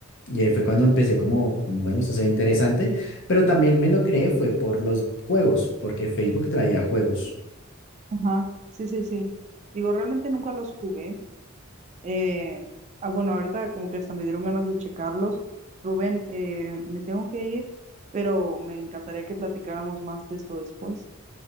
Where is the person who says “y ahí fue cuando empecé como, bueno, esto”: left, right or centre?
Left